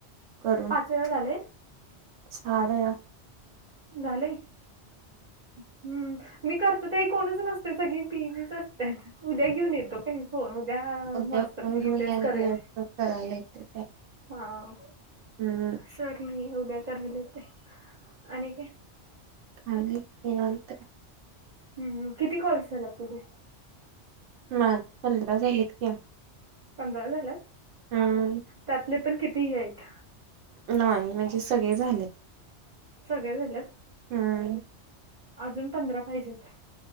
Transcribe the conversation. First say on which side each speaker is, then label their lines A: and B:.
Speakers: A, on the right; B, on the right.
A: करून.
B: पाच वेळा झालंय.
A: सहा वेळा.
B: झालंय? हम्म! मी करतो काय कोणच नसते सगळी बीझीच असत्यात उद्या घेऊन, येतो काय? होय, उद्या
A: अगदी
B: मास्तरनी
A: फोन घेऊन
B: तेच
A: याल
B: करूया
A: दिवसभर करायला येते ते
B: हा.
A: हम्म!
B: सर नाही उद्या करायला येतयं, आणि काय?
A: काय नाही निवांत.
B: ह ह किती कॉल्स झालेत तुझे?
A: माझ पंधरा झालेत की.
B: पंधरा झालेत,
A: हम्म
B: त्यातले पण किती हे आहेत.
A: नाही, म्हणजे सगळे झालेत.
B: सगळे झालेत.
A: हम
B: अजून पंधरा पाहिजेत,